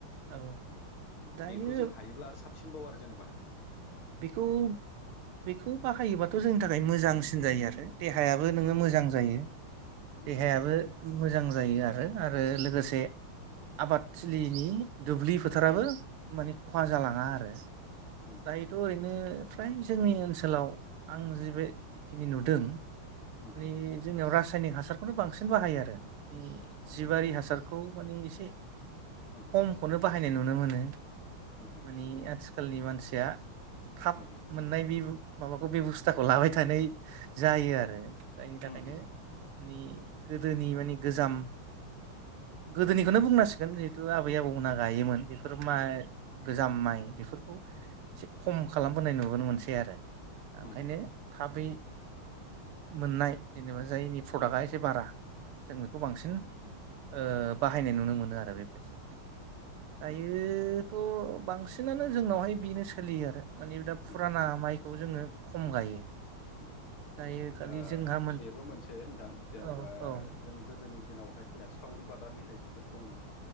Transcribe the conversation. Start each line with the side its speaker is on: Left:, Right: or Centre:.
Right: औ
Left: ओम
Right: दायो
Left: बेखौ जों हायोब्ला आरो साबसिनबाव आरो जेनबा
Right: बेखौ बेखौ बाहायोबाथ' जोंनि थाखाय मोजांसिन जायो आरो देहायाबो नोंङो
Left: उम
Right: मोजां जायो
Left: उम
Right: देहायाबो मोज मोजां जायो आरो आरो लोगोसे आबादथिलिनि दुब्लि फोथाराबो माने खहा जालांङा आरो
Left: उम उम
Right: दायोथ' ओरैनो फ्राय जोंनि ओनसोलाव आं जि बे जिखिनि नुदों
Left: उम
Right: नि
Left: उम
Right: जोंनियाव रास सायनिक हासारखौनो बांसिन बाहायो आरो नि जिबारि
Left: उम उम
Right: हासारखौ मानि एसे
Left: उम
Right: <unintelligible> हायनाय नुनो मोनो
Left: उम
Right: मानि आथि खालिनि मानसिया थाब
Left: उम
Right: मोननाय बेबु माबाखौ बेबस्थाखौ लाबाय थानाय जायो आरो जायनि थाखायनो
Left: उम
Right: नि गोदोनि मानि गोजाम गोदोनिखौनो बुंनांसि गोन जिहेथु आबै आबौमोन ना गायोमोन बेफोर माइ गोजाम माइ बेफोरखौ <inaudible> खम खालामबोनाय नु नुनो मोनसै आरो ओंखायनो
Left: उम
Right: थाबै मोननाय जेनेबा जायनि प्रडाक्टआ एसे बारा जों बेखौ बांसिन ओ बाहायनाय नुनो मोनो आरो बेबायदि दायोथ' बांसिनानो जोंनावहाय बिनो सो लियो आरो मानि दा
Left: उम
Right: फुराना माइखौ जोङो खम गायो।
Left: उम उम
Right: दायो खालि
Left: औ
Right: जोंहा
Left: बेबो मोनसे नोंथां जेनेबा
Right: औ औ
Left: जों गोदोनि दिनावहाय सावरि बादालि होननाय सोदोब दंमोन।